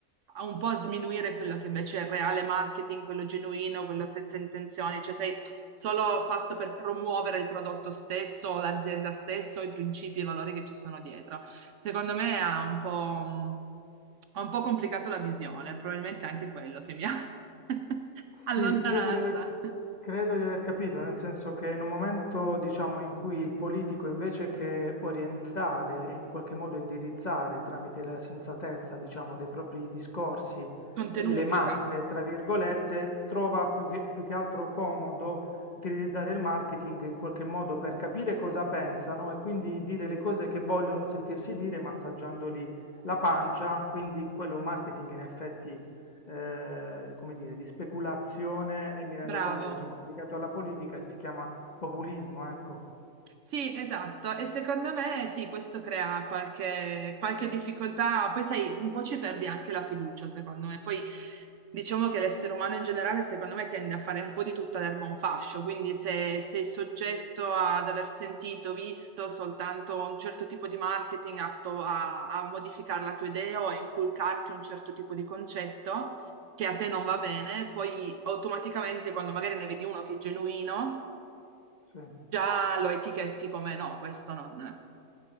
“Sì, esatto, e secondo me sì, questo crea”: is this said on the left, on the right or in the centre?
Right